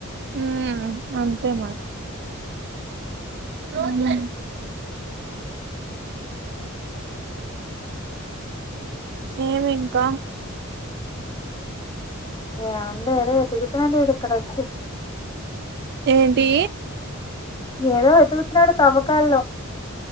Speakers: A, on the right (about 50°); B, on the left (about 20°).
A: మ్ అంతే మరి ఆన్లైన్ ఏమి ఇంకా
B: యవుంది ఏదో ఎతుక్తున్నాడు ఇడు ఇక్కడ ఒచ్చి
A: ఏంటీ
B: ఏదో ఎతుకుతున్నాడు తవ్వకాల్లొ